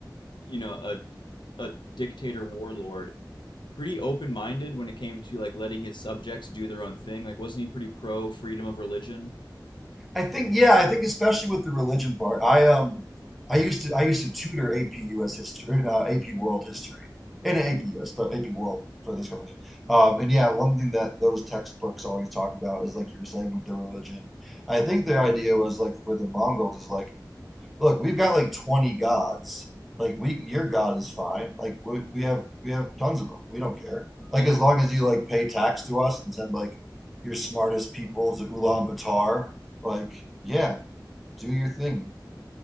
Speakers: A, on the left; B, in the centre.
A: you know, a a dictator warlord, pretty open-minded when it came to like letting his subjects do their own thing? Like, wasn't he pretty pro freedom of religion?
B: I think yeah, I think especially with the religion part. I um I used to I used to tutor AP US history, uh, AP World history, and AP US, but AP World for this conversation. Um, and yeah, one thing that those textbooks always talked about is like you were saying with the religion. I think the idea was like for the Mongols is like look, we've got like 20 gods. Like we, your God is fine. Like we, we have, we have tons of them. We don't care. Like
A: Not
B: as long as you like pay tax to us and send like your smartest people to Ulaanbaatar, like yeah, do your thing.